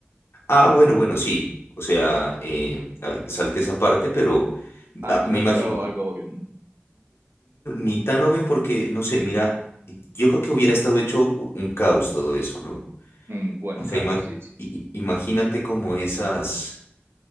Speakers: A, on the left; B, on the right.
A: Ah, bueno, bueno, sí. O sea, eh, ah, salte esa parte, pero
B: Ah,
A: ah,
B: creo
A: me imagino,
B: que era algo, algo obvio, ¿no?
A: ni tan obvio porque, no sé, mira, yo creo que hubiera estado hecho un caos todo eso, ¿no?
B: Mm, bueno,
A: O sea,
B: claro,
A: ima-
B: sí, sí,
A: i-
B: sí.
A: i- imagínate como esas.